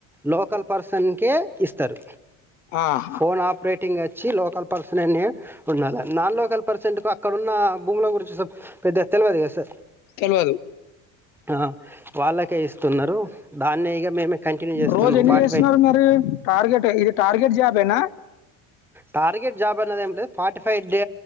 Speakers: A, in the centre; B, on the left.
A: లోకల్ పర్సన్కే ఇస్తారు
B: ఆహా!
A: ఫోన్ ఆపరేట్ టింగ్ వచ్చి లోకల్ పర్సన్ అని ఉండ నాన్ లోకల్ పర్సన్ అక్కడ ఉన్న భూముల గురించి పెద్ద గ తెలువది కద సార్
B: తెలవదు
A: ఆ వాళ్ళకే ఇస్తున్నారు దాన్నే ఇగ మేమే కంటిన్యూ చేస్తున్నాం
B: రోజెన్ని
A: వాటి
B: మరి టార్గెట్ ఇది టార్గెట్ జాబేనా
A: టార్గెట్ జాబ్ అన్నది ఏం లేదు ఫార్టీ ఫైవ్ డే